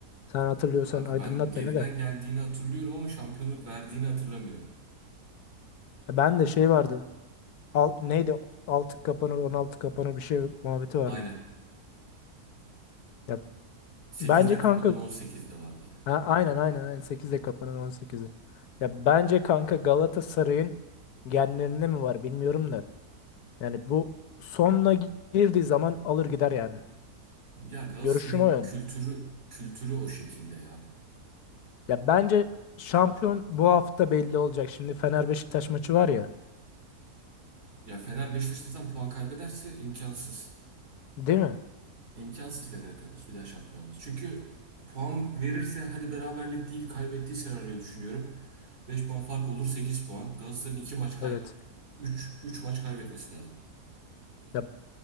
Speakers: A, on the left; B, on the right.
A: Sen hatırlıyorsan
B: Kanka
A: aydınlat
B: ben geriden
A: beni de.
B: geldiğini hatırlıyorum ama şampiyonluk verdiğini hatırlamıyorum.
A: Ben de şey vardı. Al, neydi? altı kapanır 16 kapanır bir şey muhabbeti vardı.
B: Aynen.
A: Ya
B: 8'de
A: bence kanka
B: kapanır 18'de vardı.
A: ha, aynen aynen aynen sekizde kapanır 18'de. Ya bence kanka Galatasaray'ın genlerinde mi var bilmiyorum da. Yani bu sonuna girdiği zaman alır gider yani.
B: Ya Galatasaray'ın
A: Görüşüm o yön.
B: kültürü kültürü o şekilde ya.
A: Ya bence şampiyon bu hafta belli olacak. Şimdi Fener Beşiktaş maçı var ya.
B: Ya Fener Beşiktaş puan kaybederse imkansız.
A: Değil mi?
B: İmkansız Fener'e kalır bir daha şampiyon olması. Çünkü puan verirse hadi beraberlik değil kaybettiği senaryoyu düşünüyorum. 5 puan fark olur 8 puan. Galatasaray'ın 2 maç kay
A: Evet.
B: üç üç maç kaybetmesi lazım. <clears throat>
A: Ya